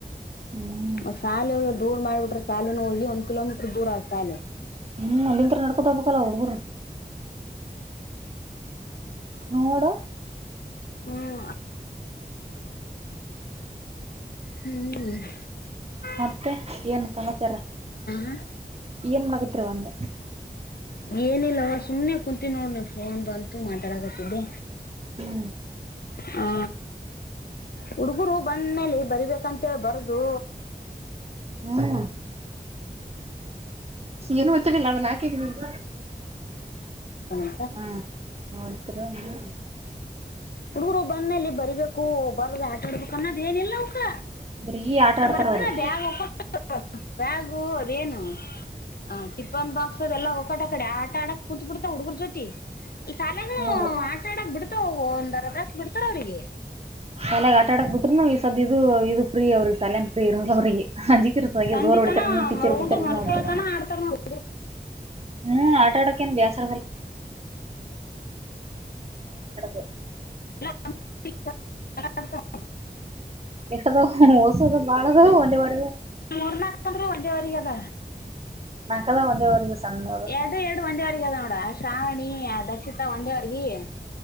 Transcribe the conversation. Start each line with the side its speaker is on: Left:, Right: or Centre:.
Right: ಹ್ಮ್
Left: ಮ ಶಾಲೆ ದೂರ್ ಮಾಡಿಬಿಟ್ರೆ ಶಾಲೆನ ಹೋಗಿ ಒಂದ್ ಕಿಲೋಮೀಟರ್ ದೂರ ಆತ ಶಾಲೆ.
Right: ಹ್ಮ್ ಅಲ್ಲಿಂತ್ರ ನಡ್ಕೊತ ಬಬೇಕಲ್ಲ ಹಡುಗರು. ನೋಡ.
Left: ಹ್ಮ್ ಹ್ಮ್ ಹ್ಮ್.
Right: ಮತ್ತೆ ಏನು ಸಮಾಚಾರ
Left: ಹಾ
Right: ಏನ್ ಮಾಡಗತ್ರಿವ ಅಂದೆ.
Left: ಏನಿಲ್ಲವ ಸುಮನೆ ಕುಂತ ನೋಡ ಫೋನ್ ಅಂತು ಮಾತಾಡಕತಿದ್ದೆ.
Right: ಹ್ಮ್
Left: ಹಾ. ಹುಡುಗರು ಬಂದ ಮೇಲೆ ಬರಿಬೇಕಂತೇಳಿ ಬರದು.
Right: ಹ್ಮ್ ಏನು ಗೊತ್ತಿಲ್ಲ ಅದನ್ನ ಹಾಕಿದೀನಿ
Left: <inaudible> <inaudible>
Right: ಹಾ ನೋಡ್ತರ ಹ.
Left: ಹಡೂರು ಬಂದ ಮೇಲಿ ಬರಿಬೇಕು ಬರ್ದ ಆಟ ಆಡ್ಬೇಕು ಅನ್ನೋದ್ ಏನಿಲ್ಲ ಅವಕ್ಕ.
Right: ಬರೀ ಆಟ ಆಡ್ತಾರ
Left: ಬರ್ಕಣ
Right: ಅವ್ರು
Left: ಬ್ಯಾಗ್ ಹಾಕೊಂಡ ಬ್ಯಾಗು ಅದ ಏನು. ಆ ಟಿಫನ್ ಬಾಕ್ಸ್ ಅದೆಲ್ಲ ಹೊಕಾಟ ಆ ಕಡೆ ಆಟ ಆಡಕ್ ಕುೂತ್ ಬಿಡ್ತಾ ಹುಡ್ಗುರ್ ಜೊತಿ. ಅ ಸಾಲ್ಯಗುನು
Right: ಹೌದು
Left: ಆಟಾಡಕ್ ಬಿಡ್ತಾವ ಒಂದ ಅರ್ಧಾ ದತಾಸ ಬಿಡ್ತಾರ ಅವ್ರಿಗೆ.
Right: ಸಲೆಯಗ್ ಆಟ ಆಡಕ್ ಬಿಟ್ರರುನು ಈ ಸದ ಇದು ಇದು ಪ್ರೀ ಅವ್ರಿಗೆ ಸಲಯನ್ ಪ್ರೀ ಇರ ಅವ್ರಿಗೆ. ಹಂಜಿಕೀರ್ಸದಗೆ
Left: ಸಂಜಿತನ
Right: ಸರ್ ಹೊಡಿತಾರ ಟೀಚರ್ ಹೊಡಿತಾರ
Left: ಉಂಡು ಮಲ್ಕೊಳತನ
Right: ಅಂತ.
Left: ಆಡ್ತಾರ ನೋಡ
Right: ಹ್ಮ್ ಆಟ ಆಡಕೇನ್ ಬಾಸ್ <unintelligible>
Left: <inaudible>
Right: ಬೆಸ ಅದಾವ ಓಸದ ಬಾಳ ಅದಾವ ವಲ್ಲೆವಾ.
Left: ಮೂರ್ನಾಲ್ಕಂದ್ರೆ ಒಂದೆವರೆಗ ಅದ.
Right: ನಾಕದಾವ್ ಒಂದೇ ವರೆಗೂ ಸಣ್ಣೋದು
Left: ಎರಡು ಎರಡು ಒಂದೇ ವಾರಗಿ ಅದ ನೋಡ ಆ ಶ್ರಾವಣಿ ಆ ದಕ್ಷಿತಾ ಒಂದೇ ವಾರಗಿ <unintelligible>